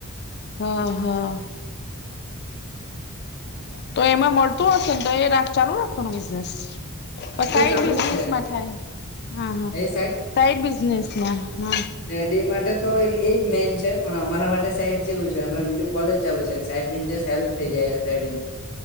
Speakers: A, on the left (about 50°); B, on the left (about 80°).
A: હા હા તો એમાં મળતું હશે ને તો એ ચાલુ રાખવાનું બિઝનેસ
B: એ
A: સાઈડ
B: તો ચાલુ
A: બિઝનેસમાં
B: જ છે
A: થાય હા હા
B: એ
A: સાઈડ બિઝનેસમાં હા
B: <unintelligible> એેડી માટે તો એજ મેન છે પણ અમારા માટે સાઈડ જેવું છે અમે બીજું કોલેજ ચાલુ છે સાઈડ બ <unintelligible> હેલ્પ થઈ જાય ડેડી ને